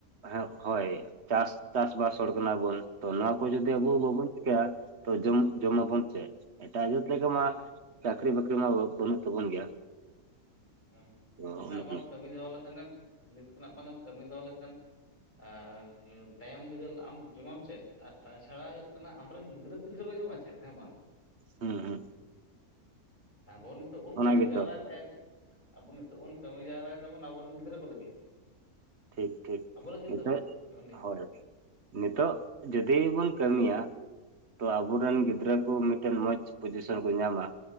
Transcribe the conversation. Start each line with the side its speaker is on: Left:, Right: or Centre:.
Right: ᱦᱮᱸ ᱦᱳᱭ ᱪᱟᱥ ᱪᱟᱥ ᱵᱟᱥ ᱦᱚᱲ ᱠᱟᱱᱟᱵᱚᱱ᱾ ᱛᱚ ᱱᱚᱣᱟ ᱠᱚ ᱡᱩᱚᱫᱤ
Left: ᱦᱳᱭ
Right: ᱟᱵᱚ ᱵᱟᱵᱚᱱ ᱪᱤᱠᱟᱹᱭᱟ ᱛᱚ ᱡᱚᱢ ᱡᱚᱢᱟᱵᱚᱱ ᱪᱮᱜ? ᱮᱴᱟᱜ ᱡᱟᱹᱛ ᱞᱮᱠᱟ
Left: ᱚᱱᱟ
Right: ᱢᱟ ᱪᱟᱠᱨᱤ ᱵᱟᱹᱠᱨᱤ ᱢᱟ ᱵᱟᱹᱼᱵᱟᱹᱱᱩᱜ ᱛᱟᱵᱚᱱ ᱜᱮᱭᱟ᱾
Left: ᱦᱮᱸ
Right: ᱛᱚ
Left: ᱱᱤᱛ ᱠᱷᱚᱱᱟᱜ
Right: ᱚᱱᱮ
Left: ᱵᱟᱢ
Right: ᱦᱩᱸ
Left: ᱠᱟᱹᱢᱤ ᱫᱚᱦᱚ ᱞᱮᱠᱷᱟᱱᱮᱢ ᱱᱤᱛ ᱠᱷᱚᱱᱟᱜ ᱵᱟᱝᱮᱢ ᱠᱟᱹᱢᱤ ᱫᱚᱦᱚ ᱞᱮᱠᱷᱟᱱ ᱟᱨ ᱛᱟᱭᱚᱢ ᱵᱤᱫᱟᱹᱞ ᱟᱢ ᱡᱚᱢᱟᱢ ᱪᱮᱫ ᱟ ᱛᱟᱪᱷᱟᱲᱟ ᱠᱟᱱᱟ ᱟᱢᱨᱮᱱ ᱜᱤᱫᱽᱨᱟᱹ ᱯᱤᱫᱽᱨᱟᱹ ᱠᱚ ᱡᱚᱢᱟ ᱪᱮᱫ ᱦᱮᱸ ᱵᱟᱝ?
Right: ᱦᱩᱸ ᱦᱩᱸ
Left: ᱟᱵᱚ ᱱᱤᱛᱚᱜ ᱵᱚᱱ
Right: ᱚᱱᱟ
Left: ᱠᱟᱹᱢᱤ
Right: ᱜᱮᱛᱚ
Left: ᱡᱟᱣᱨᱟᱭᱫᱮ ᱟᱵᱚ ᱱᱤᱛᱚᱜ ᱵᱚᱱ ᱠᱟᱹᱢᱤ ᱡᱟᱣᱨᱟᱭ ᱫᱟᱵᱚᱱ ᱟᱵᱚᱨᱮᱱ ᱜᱤᱫᱽᱨᱟᱹ ᱠᱚ ᱞᱟᱹᱜᱤᱫ᱾
Right: ᱴᱷᱤᱠ ᱴᱷᱤᱠ
Left: ᱟᱵᱚ ᱞᱟᱹᱜᱤᱫ
Right: ᱱᱤᱛᱚᱜ
Left: ᱫᱚ ᱵᱟᱝ <inaudible> ᱦᱮᱸ
Right: ᱦᱳᱭ ᱱᱤᱛᱚᱜ ᱡᱩᱫᱤ ᱵᱚᱱ ᱠᱟᱹᱢᱤᱭᱟ ᱛᱚ ᱟᱵᱚᱨᱮᱱ ᱜᱤᱫᱽᱨᱟᱹ ᱠᱚ ᱢᱤᱫᱴᱮᱱ ᱢᱚᱸᱡᱽ ᱯᱚᱡᱤᱥᱚᱱ ᱠᱚ ᱧᱟᱢᱟ᱾